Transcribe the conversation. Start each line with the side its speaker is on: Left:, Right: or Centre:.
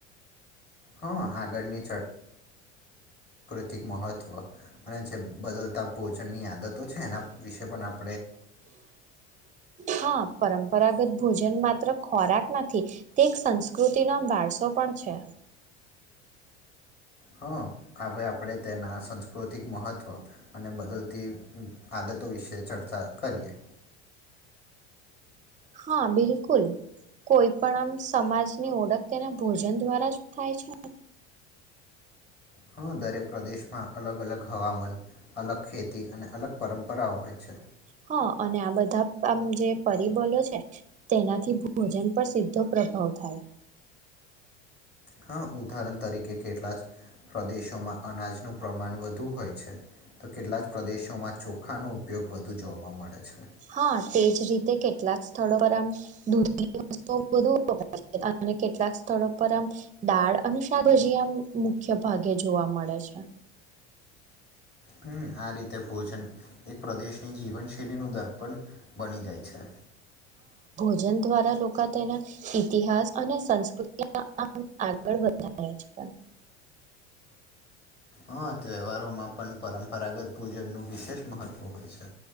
Left: હા આગળની મહત્વ અને જે બદલતા ભોજનની આદતો છે એના વિશે પણ આપ
Right: હા પરંપરાગત ભોજન માત્ર ખોરાક નથી તે સંસ્કૃતિનો વારસો પણ છે
Left: હ હવે આપણે તેના સંસ્કૃતિક મહત્વ અને બદલતી આદતો વિશે ચર્ચા કરીએ
Right: હા બિલકુલ કોઈ પણ આમ સમાજ ની ઓળખ તેના ભોજન દ્વારા થાય છે
Left: હા દરેક પ્રદેશ માં અલગ અલગ હવામાન અલગ ખેતી અને અલગ પરંપરાઓ હોય છે
Right: હા અને આ બધા આમ જે પરિબલો છે તેનાથી ભોજન પર સીધો પ્રભાવ થાય
Left: હા ઉદાહરણ તરીકે કેટલા જ પ્રદેશોમાં અનાજનું પ્રમાણ વધુ હોય છે તો કેટલા જ પ્રદેશોમાં ચોખાનો ઉપયોગ વધુ જોવા મળે છે
Right: હા તેજ રીતે કેટલાક સ્થળો પર આમ દૂધની વસ્તુ વધુપરા અને કેટલાક સ્થળો પર આમ દાળ અને શાકભાજી આમ મુખ્ય ભાગે જોવા મળે છે
Left: હમ આ રીતે ભોજન એક પ્રદેશની જીવન શૈલી નું દર્પ પણ બની જાય છે
Right: ભ જન દ્વારા લોકો તેના ઇતિહાસ અને સંસ્કૃતિમાં આગળ વધારે છે
Left: હા તહેવારોમાં પણ પરંપરાગત ભોજન નું વિશેષ મહત્વ હોય છે